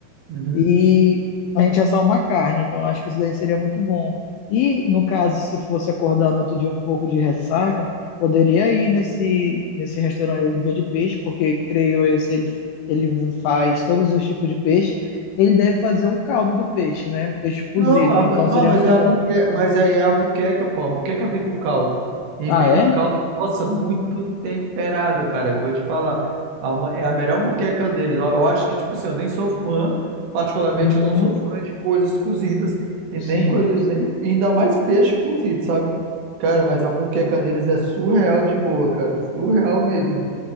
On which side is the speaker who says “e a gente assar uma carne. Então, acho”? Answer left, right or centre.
Left